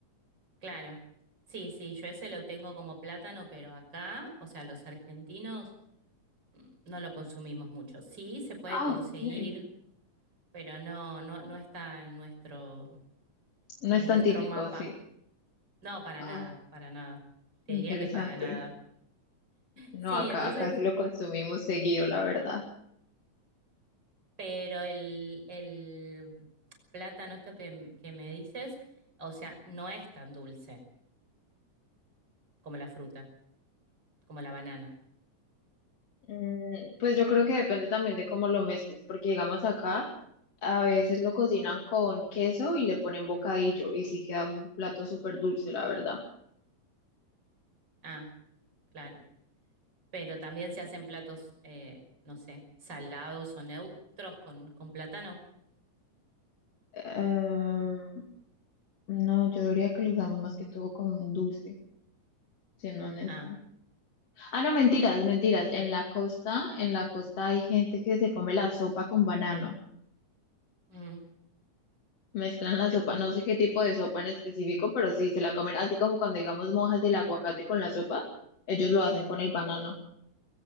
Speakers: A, on the right (about 35°); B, on the left (about 55°).
A: Claro. Sí, sí, yo ese lo tengo como plátano, pero acá, o sea, los argentinos mm, no lo consumimos mucho. Sí, se puede
B: Ah,
A: conseguir,
B: ok.
A: pero no, no, no está en nuestro,
B: No
A: nuestro
B: es tan típico,
A: mapa.
B: sí.
A: No, para
B: Ah,
A: nada, para nada. Te
B: interesante.
A: diría que para nada.
B: No,
A: Sí,
B: acá,
A: entonces,
B: acá sí lo consumimos seguido, la verdad.
A: pero el, el plátano, esto que, que me dices, o sea, no es tan dulce como la fruta, como la banana.
B: Mm, Pues yo creo que depende también de cómo lo mezcles, porque digamos acá a veces lo cocinan con queso y le ponen bocadillo y sí queda un plato súper dulce, la verdad.
A: Ah. claro. Pero también se hacen platos, eh, no sé, salados o neutros con, con plátano.
B: Eh, no, yo diría que lo usamos más que todo con dulce, siendo honesta.
A: Ah,
B: Ah, no, mentiras, mentiras. En la costa, en la costa hay gente que se come la sopa con banano.
A: mm,
B: Mezclan la sopa,
A: yo-
B: no sé qué tipo de sopa en específico, pero sí se la comen, así como cuando digamos mojas del aguacate con la sopa, ellos lo hacen con el banano.